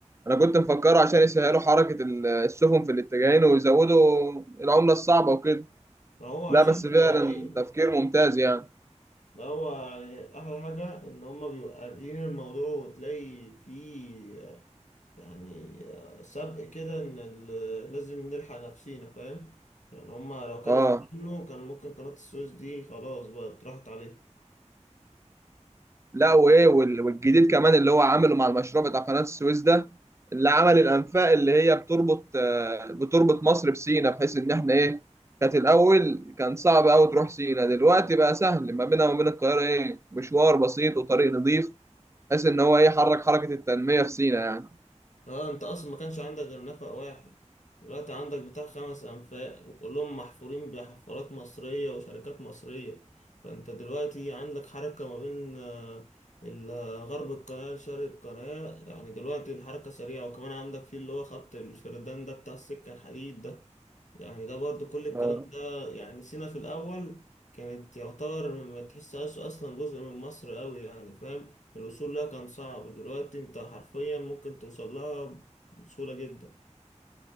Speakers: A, on the right (about 25°); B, on the left (about 80°).
A: انا كنت مفكره عشان يسهلوا حركة ال- السفن في الاتجاهين ويزودوا العملة الصعبة وكده
B: ده هو عشان
A: لا بس
B: مش
A: فعلا
B: طالبين
A: تفكير ممتاز يعني
B: ده هو يعني أحلى حاجة إن هما بيبقوا قاريين الموضوع وتلاقي فيه آه، يعني آه، سبق كده إن ال- لازم نلحق نفسينا فاهم يعني هما لو كانوا
A: اه
B: استنوا كان ممكن قناة السويس دي خلاص بقى راحت عليه
A: لا وايه وال- والجديد كمان اللي هو عامله مع المشروع بتاع قناة السويس ده اللي عمل الانفاق اللي هي بتربط آه، بتربط مصر بسينا بحيث ان احنا ايه كانت الاول كان صعب قوي تروح سينا دلوقتي بقى سهل ما بينها وما بين القاهرة ايه مشوار بسيط وطريق نظيف بحيث ان هو ايه حرك حركة التنمية في سينا يعني
B: اه انت اصلا ما كانش عندك غير نفق واحد دلوقتي عندك بتاع خمس انفاق وكلهم محفورين بحفارات مصرية وشركات مصرية فانت دلوقتي عندك حركة ما بين آه، ال- غرب القناة لشرق القناة يعني دلوقتي الحركة سريعة وكمان عندك في اللي هو خط الفردان ده بتاع السكة الحديد ده يعني ده برضو كل الكلام
A: آه.
B: ده يعني سينا في الأول كانت يعتبر ما تحسهاش أصلا جزء من مصر أوي يعني فاهم الوصول لها كان صعب دلوقتي أنت حرفيا ممكن توصل لها بسهولة جدا